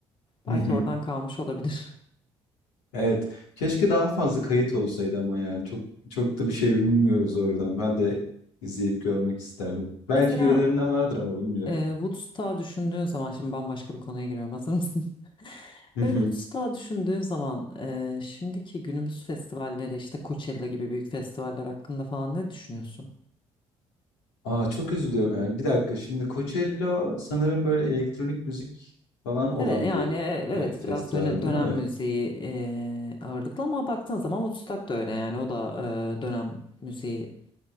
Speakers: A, on the left; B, on the left.
A: hı
B: Belki
A: hı.
B: oradan kalmış olabilir.
A: Evet. Keşke daha fazla kayıt olsaydı ama yani çok çok da bir şey bilmiyoruz oradan. Ben de izleyip görmek isterdim.
B: <laughs>
A: Belki
B: Mesela
A: birilerine vardır ama bilmiyorum.
B: e, Woodstock'a düşündüğün zaman şimdi bambaşka bir konuya giriyorum. Hazır mısın? <laughs>
A: <laughs>
B: Böyle Woodstock'a düşündüğün zaman e, şimdiki günümüz festivalleri işte Coachella gibi büyük festivaller hakkında falan ne düşünüyorsun?
A: Aa, çok üzülüyorum yani. Bir dakika şimdi Coachella sanırım böyle elektronik müzik falan olan
B: Evet yani
A: bir
B: evet
A: e, festival
B: biraz döne- dönem
A: değil mi?
B: müziği e, ağırlıklı ama baktığın zaman Woodstock da öyle yani o da e, dönem müziğinin